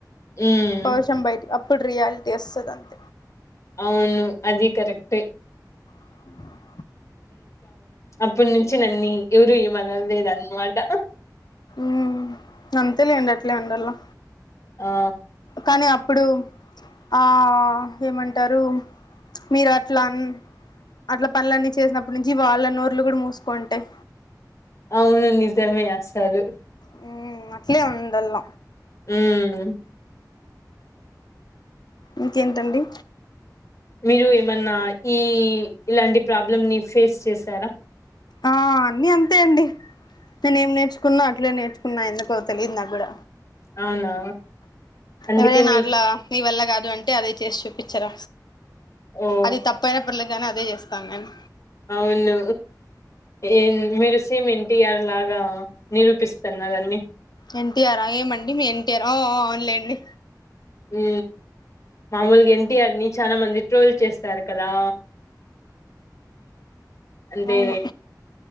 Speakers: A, on the left; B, on the left.
A: ఉమ్
B: పౌర్షం బయటకి అప్పుడు రియాలిటీ వస్తది అంత
A: అవును అది కరెక్టే
B: <inaudible>
A: అప్పడు నుంచి నన్ని ఎవరు ఏమనలేదన్నమాట
B: మ్ అంతే లేండి అట్లే ఉండల్లా
A: ఆ
B: కానీ అప్పుడు ఆ ఏమంటారు మీరు అట్లా అన్ అట్ల పనులన్నీ చేసినప్పుటి నుంచి వాళ్ళన్నోర్లు కూడా మూసు కుంటాయి
A: అవును నిజమే అసలు
B: మ్ అట్లేే ఉండళ్ళ
A: ఉమ్
B: ఇంకేంటండి
A: మీరు ఏమన్నా ఈ ఇలాంటి ప్రాబ్లమ్ ని ఫేస్ చేసారా
B: ఆ అన్ని అంతే అండి నేనే ఏం నేర్చుకున్నా అట్లే నేర్చుకున్నా ఎందుకో తెలియదు నాక్ గూడ
A: అవునా అందుకే
B: ఎవరైన
A: మీ
B: అట్లా నీ వల్ల కాదు అంటే అదే చేసి చూపించర
A: ఓ
B: అది తప్పయిన <unintelligible> గానీ అదే చేస్తాము కానీ
A: అవును ఏ మీరు సేమ్ ఎన్టీఆర్ లాగ నిరూపిస్తున్నారు అన్ని
B: ఎన్టీఆర్ ఆ ఏమండి మీ ఎన్టీఆర్ అవున్లేండి
A: ఉ మామూలుగ ఎన్టీఆర్ ని చాల మంది ట్రోల్ చేస్తారు కదా అంటే
B: అవును